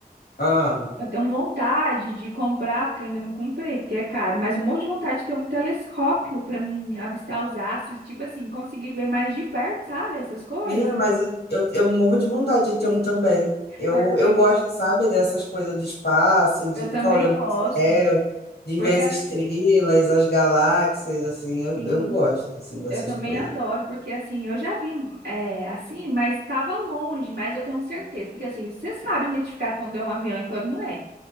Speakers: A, on the left; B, on the right.
A: Ah.
B: Eu tenho vontade de comprar, porque eu ainda não comprei, porque é caro, mas um monte de vontade de ter um telescópio para mim avistar os astros, tipo assim, conseguir ver mais de perto, sabe? Essas coisas.
A: Menina, mas
B: <laughs>
A: eu, eu, eu morro de vontade de ter um também. Eu,
B: Porque
A: eu gosto, sabe, dessas coisas do espaço, de
B: eu também
A: ficar olhando
B: gosto.
A: pro céu, de
B: Porque
A: ver as estrelas, as galáxias, assim, eu,
B: assim,
A: eu gosto, assim, dessas
B: eu também
A: coisas.
B: adoro, porque assim, eu já vi é, assim, mas estava longe, mas eu tenho certeza, porque assim, você sabe identificar quando é um avião e quando não é.